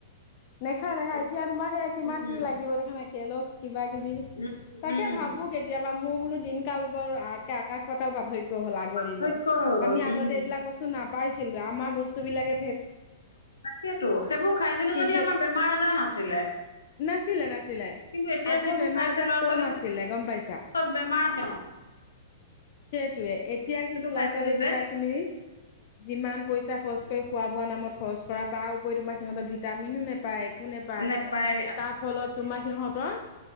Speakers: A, on the left (about 45°); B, on the left (about 75°).
A: নেখায় নেখায়
B: এত-
A: এতিয়া তোমাৰ সেয়া কিমান
B: উম,
A: কি লাগিব দেখা নায়। কেল্লগছ কিবা কিবি,
B: উম,
A: তাকে
B: উম,
A: ভাবোঁ কেতিয়াবা মোক বোলো দিন কাল গ'ল আকাশ পাতাল পাৰ্থক্য হ'ল আগৰ দিনৰ,
B: অভ্যাস হৈ গ'ল
A: আমি আগতে
B: উম,
A: এইবিলাক বস্তু নাপ পাইছিলোঁ আমাৰ বস্তু বিলাকে
B: তাকেতো, সেইবোৰ খাইছিলোঁ
A: কিন্তু
B: যদি আমাৰ বেমাৰ আজাৰ নাছিলে। কিন্তু
A: নাছিলে নাছিলে
B: এতিয়া
A: আগৰ
B: যিবোৰ
A: বেমাৰ
B: খাইছে
A: আজাৰ
B: ল'ৰা
A: কম
B: ছোৱালী
A: আছিলে
B: চব,
A: গম পাইছা
B: চব বেমাৰ ন'। <inaudible>
A: সেইটোৱে এতিয়া কিন্তু
B: খাইছিলো
A: ল'ৰা ছোৱালী
B: যে
A: বিলাক তুমি, যিমান পইচা খৰচ কৰি খোৱা-বোৱা নামত খৰচ কৰা তাৰ উপৰি তোমাক সিহঁতে ভিটামিনো নেপায়। কোনে পায়।
B: নেপায়
A: তাৰ ফলত তোমাৰ সিহঁতৰ